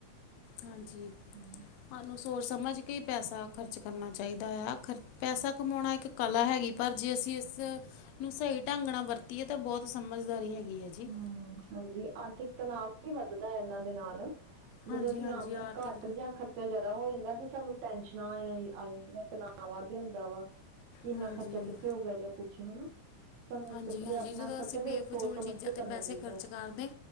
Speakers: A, on the left; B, on the right.
A: ਹਾਂਜੀ।
B: ਹਾਂ।
A: ਹਾਨੂੰ ਸੋਚ ਸਮਝ ਕੇ ਈ ਪੈਸਾ ਖਰਚ ਕਰਨਾ ਚਾਈਦਾ ਏਆ ਖਰ ਪੈਸਾ ਕਮੋਨਾ ਇੱਕ। ਕਲਾ ਹੈਗੀ ਪਰ ਜੇ ਅਸੀਂ ਇਸ ਨੂੰ ਸਈ ਢੰਗ ਨਾ ਵਰਤੀਏ ਤਾਂ ਬੋਤ ਸਮਝਦਾਰੀ ਹੈਗੀ ਐ ਜੀ।
B: ਹਮ ਹਾਂਜੀ ਆਰਥਿਕ ਤਨਾਵ ਵੀ ਵੱਦਦਾ ਏਨਾਂ ਦੇ ਨਾਲ ਜਦੋਂ
A: ਹਾਂਜੀ
B: ਅਸੀਂ
A: ਹਾਂਜੀ
B: ਆਮਦਨ
A: ਆਰਥਿਕ
B: ਘੱਟ ਜਾਂ ਖਰ ਚਾ ਜਾਅਦਾ ਹੋ ਜਾਂਦਾ ਤੇ ਸਾਨੂੰ ਟੈਸ਼ਨਾਂ ਆ-ਆ ਜਾਂਦੀਆਂ ਤਨਾ ਵੱਦ ਜਾਂਦਾ ਵਾ। ਕਿ ਇੰਨਾ
A: ਹਾਂਜੀ
B: ਖਰਚਾ ਕਿੱਥੇ ਹੋ ਗਿਆ ਜਾਂ ਕੁੱਛ ਹਨਾ। ਸਾਨੂੰ
A: ਹਾਂਜੀ-ਹਾਂਜੀ
B: ਇਸ ਕਰਕੇ ਆਪਣਾ
A: ਜਦੋਂ
B: ਖਰਚਾ
A: ਅਸੀਂ ਬੇਫਜ਼ੂਲ
B: ਵੀ ਸੋਚ ਸਮਝ
A: ਚੀਜ਼ਾਂ
B: ਕੇ
A: ਤੇ
B: ਕਰਨਾ
A: ਪੈਸੇ
B: ਚਾਹੀਦਾ
A: ਖਰਚ ਕਰਦੇ।